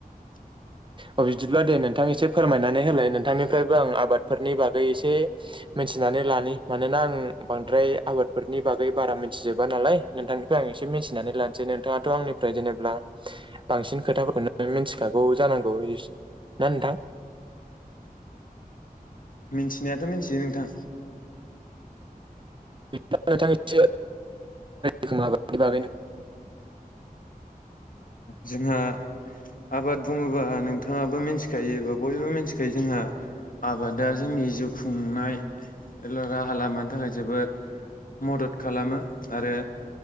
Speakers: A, on the left; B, on the right.
A: <inaudible>
B: अ बिदिब्ला दे नोंथां एसे फोरमायनानै होलाय नोंथांनिफ्रायबो आं आबादफोरनि बागै एसे मिथिनानै लानि मानोना आं बांद्राय आबादफोरनि बागै बारा मिथिजोबा नालाय नोंथांनिफ्राय आं थिनानै लानोसै नोंथाङाथ' आंनिफ्राय जेनेबा बांसिन खोथाफोरखौनो मिथिखागोन औ जानांगौ बिदि ना नोंथां
A: मिथिनायाथ' मिथियो नोंथां
B: नोंथां एसे स बै
A: जोंहा आबाद बुङोबा नोंथाङाबो मिथिखायो बा बयबो मिथिखायो जोंहा आबादा जोंनि जिउ खुंनाय राहा लामानि थाखाय जोबोद मदद खालामो आरो